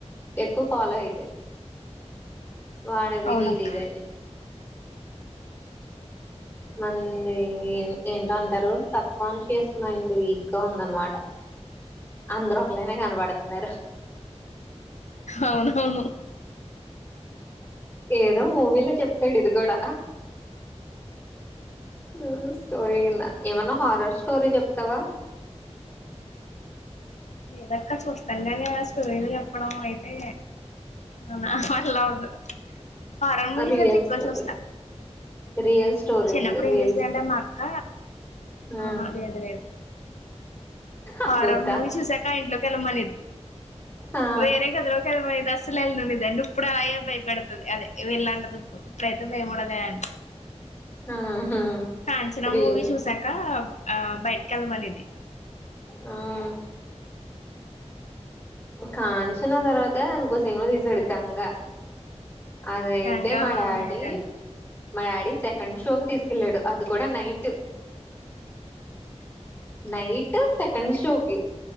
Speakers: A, on the left (about 20°); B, on the left (about 80°).
A: ఎక్కువ ఫాలో అయితే. వాడాది
B: అవునక్క
A: వీడీదాని. మనది ఏంటో అంటారు సబ్కాన్స్కియోస్ మైండ్ వీక్ గా ఉందనుకుంటా. అందరు ఒకళనే కనపడుతారు.
B: అవునవును.
A: ఏదో మూవీలో చెప్తాడు ఇది గుడా హ్. ఉమ్ స్టోరీ విన్నా ఏమన్నా హారర్ స్టోరీ చెప్తావా.
B: ఏదక్క చూస్తంగానే ఆ స్టూడెంట్ చెప్పడం అయితే అవునా అలా వొద్దు హారర్ మూవీస్
A: రియల్
B: అయితే ఎక్కువ
A: స్టోరీస్
B: చూస్తా.
A: రియల్ స్టోరీస్
B: చిన్నప్పుడు
A: రియల్
B: ఏం చేసేదంటే మా అక్క.
A: స్టోరీస్
B: ఆహా లేేదు లేదు.
A: అదొద్దా
B: హారర్ మూవీస్ చూసాక ఆ ఇంట్లోకెలమనలేదు
A: ఆ
B: వేరే గదిలో కెలు. బయట అస్సలు ఎల్లననేదాన్ని ఉప్పుడలాగె భైపెడ్తది అదే ఎ వెళ్ళంటదిప్పుడు ఇప్పుడైతే భయముండదే ప్చ్
A: ఆహ
B: కాంచనా
A: రీల్
B: మూవీ చూసాక ఆ బైట్కెళ్ళమనేది.
A: మ్ కాంచన తర్వాత ఇంకో సిన్మ దీసాడు గంగా అదైతే
B: గంగా
A: మ డాడి
B: అవును గంగా
A: మా డాడీ సెకండ్ షోకు తీస్కెళ్ళాడు అది కూడా నైట్. నైట్ సెకండ్ షోకి